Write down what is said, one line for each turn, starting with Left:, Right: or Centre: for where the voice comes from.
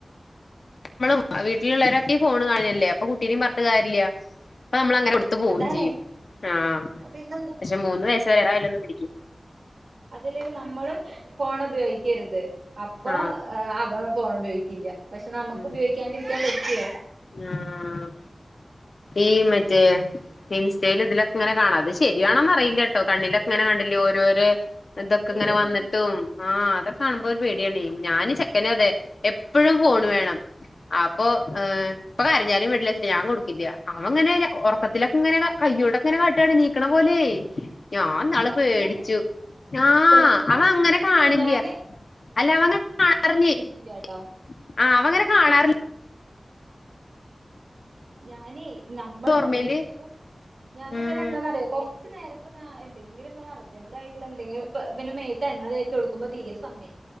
Left: നമ്മളും വീട്ടിലുള്ളവരൊക്കെ ഈ ഫോണ് കാണല്ലേ. അപ്പൊ കുട്ടീനിം പർഞ്ഞ്‌ട്ട് കാര്യല്ല. പ്പ നമ്മളങ്ങനെ ട്ത്തു പോവും
Right: അതാണേ
Left: ചെയ്യും. ആഹ്
Right: പിന്നെന്താ
Left: പക്ഷെ മൂന്ന് വയസ്സ് വരെ <unintelligible> പിടിക്ക
Right: അതല്ലടി നമ്മളും ഫോൺ ഉപയോഗിക്കരുത്. അപ്പൊ
Left: ആഹ്
Right: അവ ഫോണ് ഉപയോഗിക്കില്ല. പക്ഷെ നമുക്ക്
Left: ഉം
Right: ഉപയോഗിക്കാണ്ടിരിക്കാൻ പറ്റോ?
Left: ആഹ് ഈ മ റ്റെ ഇൻസ്റ്റയിലും ഇതിലൊക്കെ ങ്ങനെ കാണാം. അത് ശരിയാണോന്ന് അറിയില്ലട്ടോ കണ്ണിലക്കെങ്ങനെ കണ്ടില്ലേ ഓരോരോ ഇതൊക്കെ
Right: ശരിയെന്നെ
Left: ഇങ്ങനെ വന്നിട്ടും ആഹ് അതൊക്കെ കാണുമ്പോ
Right: ഉം
Left: ഒരു പേടിയാണെ. ഞാന് ചെക്കന അതെ എപ്പഴും ഫോണ് വേണം. അപ്പൊ ഏ ഇപ്പ കര്ഞ്ഞാലും വേണ്ടില്ല ഞാൻ കൊട്ക്കില്ല. അവങ്ങനെ ഒറക്കത്തില ഇങ്ങനെ കയ്യോണ്ടക്കെങ്ങനെ കാട്ടാണ് നീക്കണ പോലെ ഞാൻ
Right: അയ്യോ
Left: നാള് പേടിച്ചു.
Right: അങ്ങനെ
Left: ആഹ്
Right: അത്രക്കൊന്നും
Left: അവൻ അങ്ങനെ
Right: കൊടുക്കരുത്
Left: കാണില്ല.
Right: ഞാന്
Left: അല്ല <unintelligible>
Right: ഇല്ലാട്ടോ
Left: ആ അവങ്ങനെ കാണാറില്ല
Right: ഞാനേ നമ്മളെന്തെങ്കിലും
Left: ഓർമ്മയില്
Right: ഞാന
Left: ഉം
Right: പിന്നെ എന്താന്നറിയോ കൊറ- ച് നേരെപ്പാ എന്തെില നമ്മൾ അർജന്റായിട്ടുള്ള എന്തെങ്കിലും പിന്നെ മെയ്ത്ത് എണ്ണ തേച്ച് കൊടുക്ക്പോ തീരെ സമ